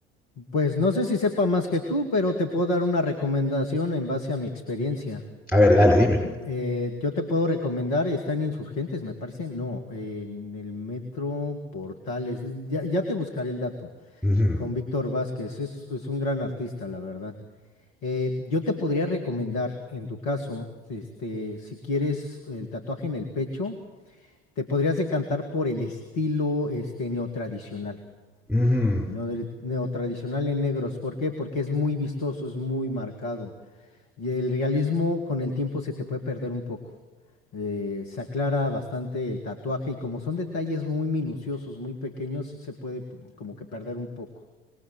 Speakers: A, on the left; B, in the centre.
A: Pues no sé si sepa más que tú, pero te puedo dar una recomendación en base a mi experiencia.
B: A ver, dale, dime.
A: Eh, yo te puedo recomendar, está en Insurgentes, me parece. No, en el Metro Portales. Ya, ya te buscaré el dato
B: Ujú,
A: con Víctor Vázquez. Es, es un gran artista, la verdad. Eh, yo te podría recomendar, en tu caso, este, si quieres el tatuaje en el pecho, te podrías decantar por el estilo este, neotradicional.
B: ujú.
A: Neodri- Neotradicional en negros. ¿Por qué? Porque es muy vistoso, es muy marcado. Y el realismo con el tiempo se te puede perder un poco. Eh, se aclara bastante el tatuaje y como son detalles muy minuciosos, muy pequeños, sí se puede p- como que perder un poco.